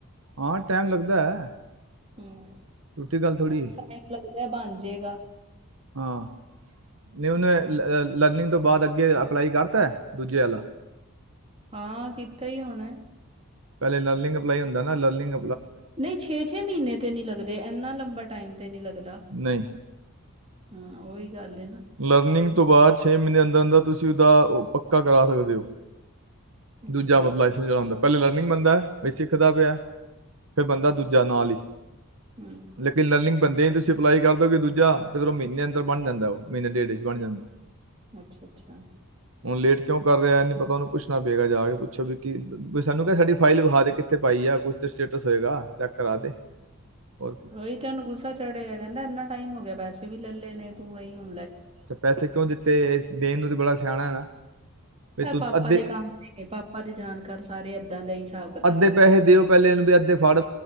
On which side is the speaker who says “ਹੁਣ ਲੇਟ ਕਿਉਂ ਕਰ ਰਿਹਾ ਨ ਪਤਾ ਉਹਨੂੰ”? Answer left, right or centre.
Right